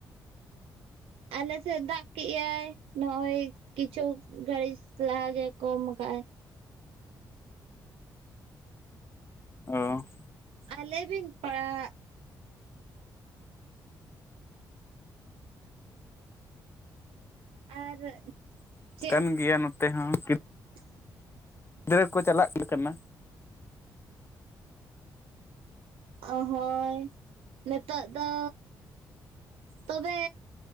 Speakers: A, on the right; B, on the left.
A: ᱟᱞᱮ ᱥᱮᱫ ᱫᱟᱜ ᱠᱮᱜ-ᱟᱭ ᱱᱚᱜ-ᱚᱭᱼᱼ ᱠᱤᱪᱷᱩ ᱜᱷᱟᱹᱲᱤᱡ ᱞᱟᱦᱟ ᱜᱮ ᱠᱚᱢ ᱠᱟᱜ- ᱟᱭᱼᱼ
B: ᱚᱸ᱾
A: ᱟᱨ ᱞᱟᱹᱭ ᱵᱤᱱ ᱯᱟᱜᱼᱼ ᱟᱨ ᱪᱮᱫ
B: ᱠᱟᱱ ᱜᱮᱭᱟ ᱱᱚᱛᱮ ᱦᱚᱸ ᱠᱮᱯᱼᱼ
A: <inaudible>
B: ᱜᱤᱫᱽᱨᱟᱹ ᱠᱚ ᱪᱟᱞᱟᱜ ᱜᱮ ᱠᱟᱱᱟ᱾
A: ᱚᱸ ᱦᱳᱭ ᱱᱤᱛᱚᱜ ᱫᱚᱼᱼ ᱛᱚᱵᱮ